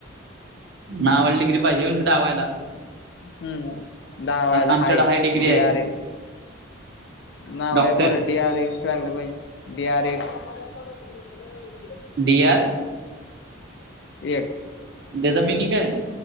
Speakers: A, on the right (about 55°); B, on the left (about 55°).
A: नावड डि्री पाहिजेण सुद्धावायला
B: हम्म दहावाला
A: आमच्याकडे
B: हाय
A: डिग्री
B: डि
A: आहे
B: आर ना
A: डॉक्टर
B: बाई मर डी आर एक्स लागलं पाहिजे डी आर एक्स प्या प
A: दिडयर
B: यक्स
A: त्याचा मिनिंग काय